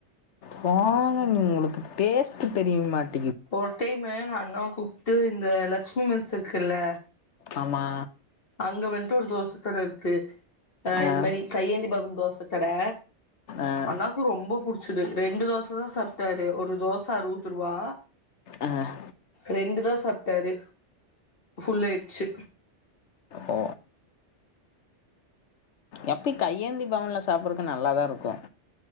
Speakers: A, on the left (about 75°); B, on the left (about 50°).
A: போங்க உங்களுக்கு டேஸ்ட் தெரியுமாட்
B: ஒரு டைம் வேணும்னா அண்ணா கூப்பிட்டு இந்த லக்சுமி மெஸ் இருக்குல்ல
A: ஆமா
B: அங்க வந்துட்டு ஒரு தோசை கட இருக்கு ஆஹ்
A: ஆ
B: இந்த மாரி கையேந்தி பவன் தோசை ஒருதடை
A: ஆ
B: அண்ணாக்கு ரொம்ப புடிச்ச படிச்சது ரெண்டு தோசை தான் சாப்பிட்டாரு ஒரு தோசை அறுபது ரூவா
A: ஆஹ்
B: ரெண்டு தான் சாப்பிட்டாரு புஃல்லாயிடுச்சு
A: ஓ எப்படி கையேந்தி பவன்ல சாப்பிடறக்கு நல்லாதான் இருக்கும்